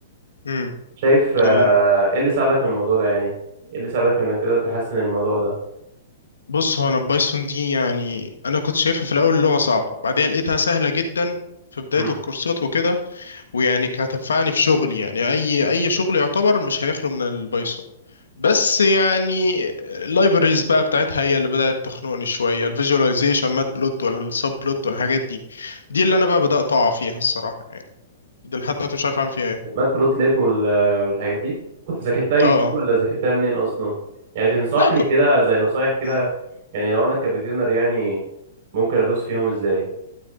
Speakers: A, on the left; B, on the right.
A: مم.
B: شايف آه،
A: ال...
B: ايه اللي ساعدك في الموضوع ده يعني ايه اللي ساعدك في انك تقدر تحسن الموضوع ده
A: بص هو انا البايثون دي يعني انا كنت شايفها في الاول لغه صعبه بعدها لقيتها سهله جدا في بدايه
B: امم
A: الكورسات وكده ويعني كانت هتنفعني في شغلي يعني اي اي شغل يعتبر مش هيخلو من البايثون بس يعني اللايبريز بقى بتاعتها هي اللي بدأت تخنقني شوية الفيجواليزيشن مات بلوت ولا السب بلوت والحاجات دي دي اللي انا بقى بدأت اقع فيها الصراحة يعني دي لحد دلوقتي مش عارف اعمل فيها ايه
B: المات بلوت ليب وال- والحاجات دي كنت ذاكرتها يوتيوب
A: اه آه.
B: ولا ذاكرتها منين اصلا يعني تنصحني
A: لا ك...
B: كده زي نصايح كده
A: مم.
B: يعني لو انا كبيجنر يعني ممكن ادوس فيهم ازاي